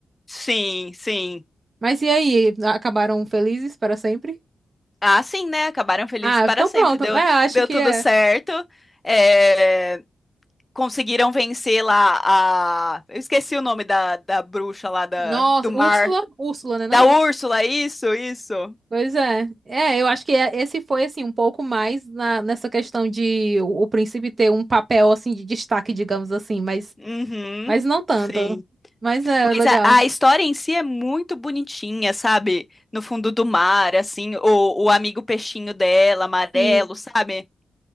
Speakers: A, on the left; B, on the right.
A: Sim, sim.
B: Mas e aí? Acabaram felizes para sempre?
A: Ah, sim, né? Acabaram felizes
B: Ah,
A: para
B: então
A: sempre.
B: pronto.
A: Deu,
B: É, eu acho
A: deu
B: que
A: tudo
B: é.
A: certo. É, conseguiram vencer lá a. Eu esqueci o nome da, da bruxa lá da,
B: Nossa,
A: do mar.
B: Úrsula, Úrsula, né?
A: Da
B: Não,
A: Úrsula,
B: Úrsula.
A: isso, isso.
B: Pois é. É, eu acho que é- esse foi assim um pouco mais na, nessa questão de o, o príncipe ter um papel assim de destaque, digamos assim, mas
A: Uhum.
B: Mas não tanto.
A: Sim.
B: Mas é
A: Mas
B: legal.
A: a, a história em si é muito bonitinha, sabe? No fundo do mar, assim, o, o amigo peixinho dela, amarelo,
B: Sim.
A: sabe?